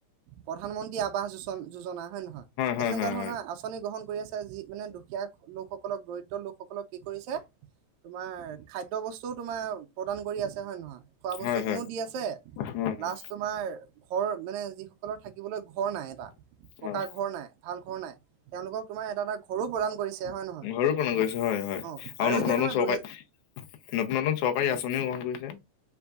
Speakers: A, on the right; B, on the left.
A: প্ৰধানমন্ত্ৰী আৱসযোজনা হয় নহয়, এই
B: হয়
A: তেনেকুৱা
B: হয়
A: ধৰণৰ
B: হয়
A: আঁচনি গ্ৰহণ কৰি আছে যি মানে দুখীয়া লোকসকলক দৰিদ্ৰ লোকসকলক কি কৰিছে। তোমাৰ খাদ্য বস্তুও তোমাৰ প্ৰদান কৰি আছে হয় নে নহয়। খোৱা বস্তু
B: হয়
A: খিনিও
B: হয়
A: দি আছে,
B: হয়
A: প্লাছ তোমাৰ ঘৰ মানে যিসকলৰ থাকিবলৈ ঘৰ নাই এটা, পকা
B: হয় হয়
A: ঘৰ নাই, ভাল ঘৰ নাই, তেওঁলোকক তোমাৰ এটা এটা ঘৰো প্ৰদান কৰিছে। হয় নহয়
B: ঘৰো প্ৰদান কৰিছে হয় হয়।
A: অ
B: আৰু নতুন
A: এতিয়া তোমাৰ
B: নতুন চৰকাৰি
A: দুহেজ
B: নতুন নতুন চৰকাৰী আঁচনিও গ্ৰহণ কৰিছে।